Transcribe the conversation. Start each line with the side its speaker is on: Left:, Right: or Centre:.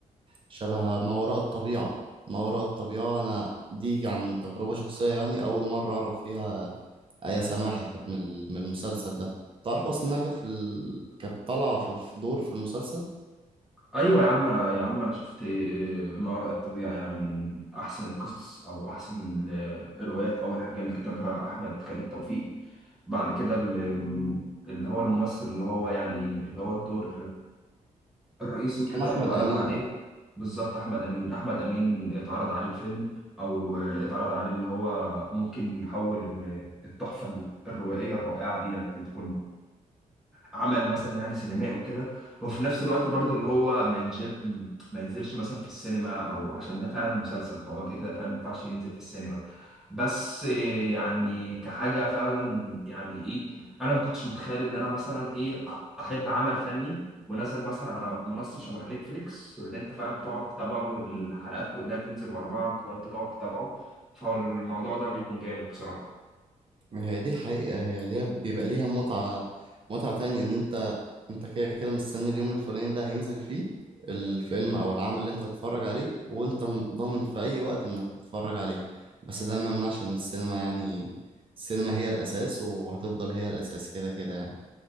Right: شبه ما وراء الطبيعة ما وراء الطبيعة أنا دي عن تجربة شخصية يعني أول مرة أعرف فيها آية سماحة كانت من ال- من المسلسل ده تعرف أصلا إنها كانت في ال... كانت طالعة في في دور في المسلسل
Centre: ايوه يا عم انا يا عم انا شفت ما وراء الطبيعه يعني من احسن القصص او احسن ال- الروايات اول حاجه اللي كتبها احمد خالد توفيق بعد كده اللي اللي هو الممثل اللي هو يعني اللي هو الدور الرئيسي وكده
Right: كان أحمد
Centre: اتعرض
Right: أمين
Centre: عليه بالظبط احمد امين احمد امين اتعرض عليه الفيلم او اتعرض عليه اللي هو ممكن يحول ال- التحفه الروائيه الرائعه ديت تكون عمل مثلا يعني سينمائي وكده وفي نفس الوقت برضو اللي هو ما ينزل ما ينزلش مثلا في السينما او عشان ده فعلا مسلسل فهو كده كده فعلا ما ينفعش ينزل في السينما بس إيه، يعني كحاجة فعلا يعني ايه انا ما كنتش متخيل ان انا مثلا ايه احب عمل فني ونزل مثلا على منصة شبه نتفليكس واللي انت فاهم تقعد تتابعه والحلقات كلها تنزل ورا بعض وانت تقعد تتابعه فالموضوع ده بيكون جامد بصراحة
Right: هي دي حقيقة هي ليها بيبقى ليها متعة متعة تانية إن أنت انت كده كده مستني اليوم الفلاني ده هينزل فيه الفيلم او العمل اللي انت هتتفرج عليه وانت م- ضامن في اي وقت انك تتفرج عليه بس ده ما يمنعش ان السينما يعني السينما هي الاساس وهتفضل هي الاساس كده كده يعني